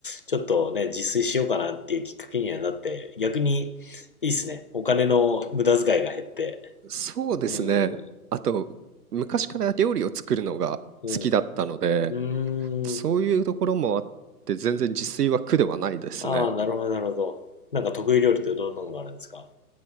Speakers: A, on the left; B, on the right.
A: ちょっとね、自炊しようかなっていうきっかけにはなって、逆にいいっすね。お金の無駄遣いが減って。
B: そうですね。
A: うん
B: あと、昔から料理を作るのが好きだったので、
A: うん。うん。
B: そういうところもあって、
A: うーん。
B: 全然自炊は苦ではないですね。
A: ああ、なるほど、なるほど。なんか得意料理ってどんなのがあるんですか